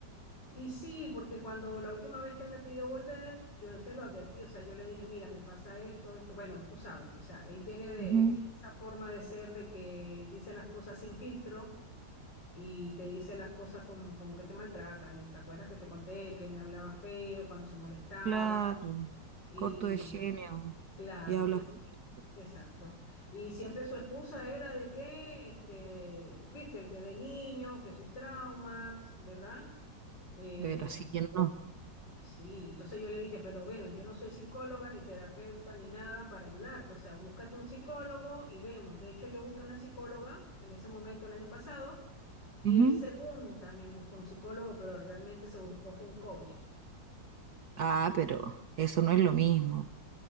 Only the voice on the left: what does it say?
Y sí, porque cuando la última vez que él me pidió volver, yo se lo advertí, o sea, yo le dije, mira, me pasa esto, esto, bueno, tú sabes, o sea, él tiene, de-
él tiene esa forma de ser de que dice las cosas sin filtro y te dice las cosas como, como que te maltrata. Yo- ¿Te acuerdas que te conté que me hablaba feo cuando se molestaba?
Y
claro,
y
exacto. Y siempre su excusa era de que, este, viste, que de niño, que sus traumas, ¿verdad? Eh,
y sí, entonces yo le dije, pero bueno, yo no soy psicóloga ni terapeuta ni nada para ayudarte, o sea, búscate un psicólogo y vemos. De hecho, yo busqué una psicóloga en ese momento el año pasado y
él, según también buscó un psicólogo, pero realmente se buscó fue un coach.